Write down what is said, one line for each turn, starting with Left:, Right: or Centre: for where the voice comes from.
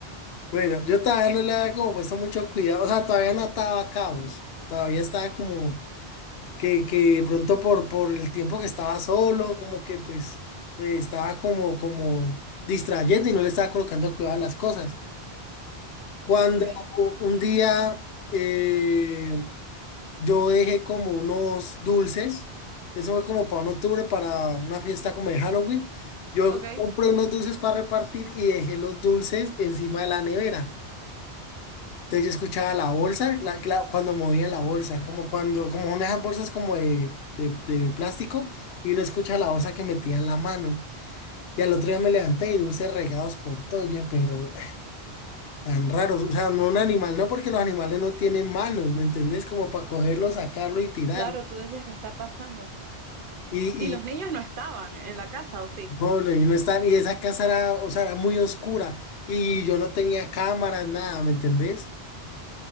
Left: Bueno, yo todavía no le había como puesto mucho cuidado, o sea, todavía no ataba cabos, todavía estaba como... que, que de pronto por, por el tiempo que estaba solo, como que pues me estaba como, como distrayendo y no le estaba colocando cuidado a las cosas. Cuando
Right: Ok,
Left: u- un día eh, yo dejé como unos dulces, eso fue como para un octubre, para una fiesta como de Halloween, yo
Right: ok.
Left: compré unos dulces para repartir y dejé los dulces encima de la nevera. Entonces yo escuchaba la bolsa, la, la- cuando movían la bolsa, como cuando, como son esas bolsas como de, de, de plástico, y uno escucha la bolsa que metía en la mano. Y al otro día me levanté y dulces regados por todo, oye, pero <sighs> tan raros. O sea, no un animal, no porque los animales no tienen manos, ¿me entendés? Como para cogerlo, sacarlo y tirarlo.
Right: Claro, tú decías que está pasando.
Left: Y,
Right: Y
Left: y,
Right: los niños no estaban en la casa, ¿o sí?
Left: pobre, y, no está, y esa casa era, o sea, era muy oscura. Y yo no tenía cámaras, nada, ¿me entendés?